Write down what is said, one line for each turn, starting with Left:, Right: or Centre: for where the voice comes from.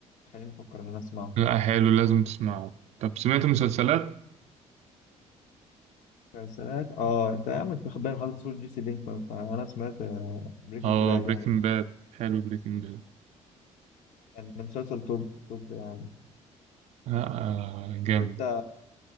Left: خليني أفكر إن أنا أسمعه
Right: لا حلو لازم تسمعه طب سمعت مسلسلات؟
Left: مسلسلات اه انت يا عم انت واخد بالك حاطط صورة جيسي بينكمان فانا سمعت بريكنج
Right: اه
Left: باد
Right: بريكنج
Left: يعني
Right: باد حلو بريكنج باد
Left: كان ده مسلسل توب توب يعني
Right: آه آه، جامد
Left: شفت